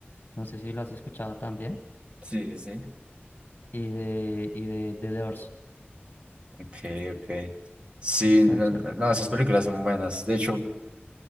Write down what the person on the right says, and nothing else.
Sí, sí, sí.
Ok, ok. Sí,
no,
no, esas películas son buenas. De hecho,